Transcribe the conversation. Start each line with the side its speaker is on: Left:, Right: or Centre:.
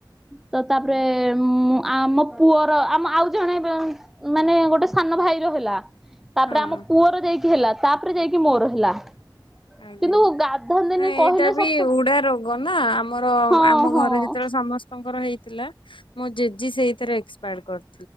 Centre: ତ ତାପରେ ଉମ୍ ଆମ ପୁଅର ଆମ ଆଉ ଜଣେ ମାନେ ଗୋଟେ ସାନ ଭାଇର ହେଲା। ତାପରେ
Left: ହଁ।
Centre: ଆମ ଯାଇକି ହେଲା ତାପରେ ଯାଇକି ମୋର ହେଲା।
Left: ଆଜ୍ଞା
Centre: କିନ୍ତୁ ଗାଧାନ୍ତିନି
Left: ନାଁ ଏଇଟା
Centre: କହିଲେ
Left: ବି
Centre: ସତ
Left: ଉଡ଼ା ରୋଗ ନାଁ ଆମର
Centre: ହଁ
Left: ଆମ
Centre: ହଁ।
Left: ଘରେ ଯେତେଳେ ସମସ୍ତଁ କର ହେଇଥିଲା ଜେଜେ ସେଇଥିରେ ଏକ୍ସପାର୍ଡ କର୍